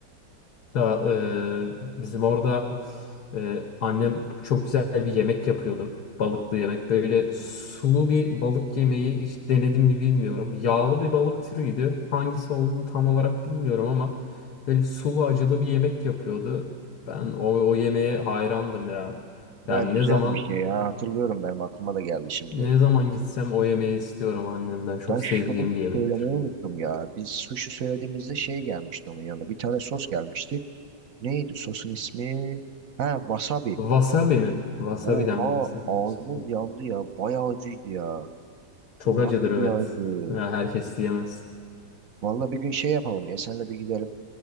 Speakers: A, on the left; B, on the right.
A: Da e, bizim orada e, annem çok güzel bir yemek yapıyordu. Balıklı yemek. Böyle sulu bir balık yemeği hiç denedim mi bilmiyorum. Yağlı bir balık türüydü. Hangisi olduğunu tam olarak bilmiyorum ama böyle sulu acılı bir yemek yapıyordu. Ben o, o yemeğe hayrandım ya.
B: Ya
A: Yani
B: güzel
A: ne zaman
B: bir şey ya. Hatırlıyorum benim aklıma da geldi şimdi.
A: ne zaman gitsem o yemeği istiyorum annemden. Çok
B: Ben
A: sevdiğim
B: şunu
A: bir yemektir.
B: söylemeyi unuttum ya. Biz sushi söylediğimizde şey gelmişti onun yanında. Bir tane sos gelmişti. Neydi sosun ismi? Ha, wasabi.
A: Wasabi mi? Wasabi'den
B: Oha,
A: bahsediyorsun.
B: ağzımız yandı ya. Bayağı acıydı ya.
A: Çok
B: O
A: acıdır
B: nasıl
A: evet.
B: bir acı?
A: Ya herkes yemez.
B: Valla bir gün şey yapalım ya. Seninle bir gidelim.